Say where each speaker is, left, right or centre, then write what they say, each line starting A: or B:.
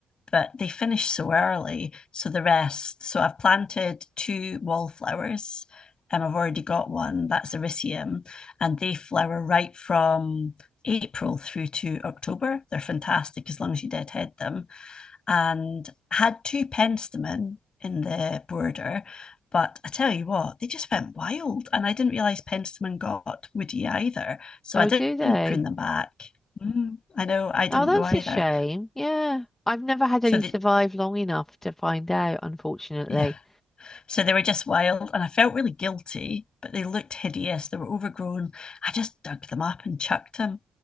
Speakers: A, on the left (about 45°); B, on the left (about 15°).
A: but they finish so early. So the rest, so I've planted two wallflowers. Um, I've already got one, that's Ericium, and they flower right from April through to October. They're fantastic as long as you deadhead them. And had two penstemon in the border, but I tell you what, they just went wild. And I didn't realise penstemon got woody either. So
B: Oh,
A: I didn't
B: do they?
A: prune them back. Mm, I know, I didn't
B: Oh, that's
A: know either.
B: a shame. Yeah. I've never had
A: So
B: any
A: the,
B: survive long enough to find out, unfortunately.
A: yeah, So they were just wild, and I felt really guilty, but they looked hideous. They were overgrown. I just dug them up and chucked them.